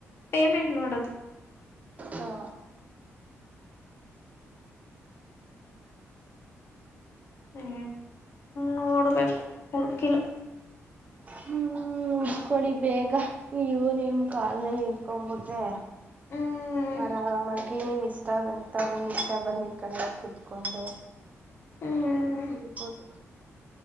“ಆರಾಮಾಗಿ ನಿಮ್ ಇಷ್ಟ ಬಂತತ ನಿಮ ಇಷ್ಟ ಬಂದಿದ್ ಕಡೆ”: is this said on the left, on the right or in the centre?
Right